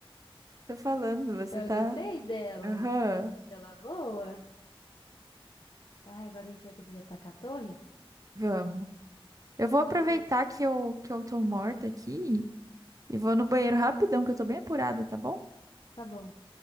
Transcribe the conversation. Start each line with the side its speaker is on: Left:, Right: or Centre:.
Right: <laughs> Tô falando, você
Left: Eu
Right: tá.
Left: gostei dela.
Right: Aham.
Left: Achei ela boa. Ai, agora a gente vai conseguir atacar a torre?
Right: Vamos. Eu vou
Left: Como
Right: aproveitar
Left: que eu...
Right: que eu, que eu tô morta aqui e vou no banheiro rapidão, que eu tô bem apurada, tá bom?
Left: Tá bom.